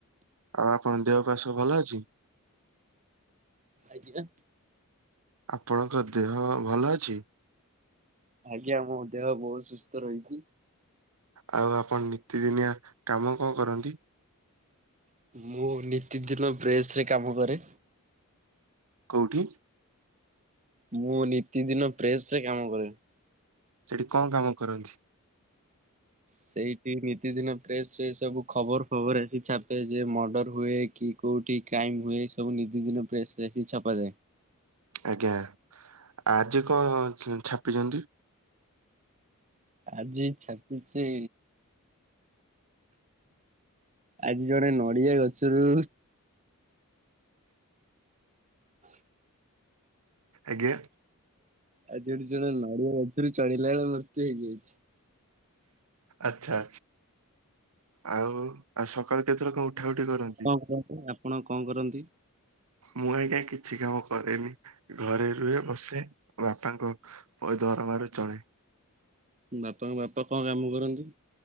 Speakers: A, on the right; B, on the right.
A: ଆଉ ଆପଣଙ୍କ ଦେହ ପା ସବୁ ଭଲ ଅଛି?
B: ଆଗିଁୟା
A: ଆପଣଙ୍କ ଦେହ ଭଲ ଅଛି?
B: ଆଜ୍ଞା ମୋ ଦେହ ବହୁତ ସୁସ୍ଥ ରହିଚି।
A: ଆଉ ଆପଣ ନିତିଦିନିଆ କାମ କଣ କରନ୍ତି?
B: ମୁଁ ନିତିଦିନ ବ୍ରେସ ରେ କାମ କରେ।
A: କଉଠି?
B: ମୁଁ ନିତିଦିନ ପ୍ରେସ୍ ରେ କାମ କରେ।
A: ସେଠି କଣ କାମ କରନ୍ତି?
B: ସେଇଠି ନିତିଦିନ ପ୍ରେସ୍ ରେ ସବୁ ଖବର ଫବର ଆସି ଛାପେ ଯେ ମର୍ଡର ହୁଏ କି କେଉଠି କ୍ରାଇମ ଉଏସେ ହେଉନି ନିତି ଦିନ ପ୍ରେସ ଆସି ଛପାାଯାଏ।
A: ଆଜ୍ଞା ଆଜି କଣ ଛାପିଛନ୍ତି?
B: ଆଜି ଛାପିଚି ଆଜି ଜଣେ ନଡିଆ ଗଛରୁ <inaudible>
A: ଆଜ୍ଞା।
B: ଆଜି ଜଣେ ନଡିଆ ଗଛରୁ ଚଢିଲା ବେଳେ ମୃତ୍ୟୁ ହେଇଯାଇଛି।
A: ଆଚ୍ଛ। ଆଚ୍ଛା ଆଉ ଆଉ ସକାଳୁ କେତେ ଲୋକ ଉଠା ଉଠି କରନ୍ତି
B: ଆଜ୍ଞା ପ୍ରଣାମ। ଆପଣ କଣ କରନ୍ତି?
A: ମୁଁ ଆଜ୍ଞା କିଛି କାମ କରେନି ଘରେ ରୁହେ ବସେ ବାପାଙ୍କ ଦରମାରୁ ଚଳେ।
B: ବାପାଙ୍କ ବାପା କଣ କାମ କରନ୍ତି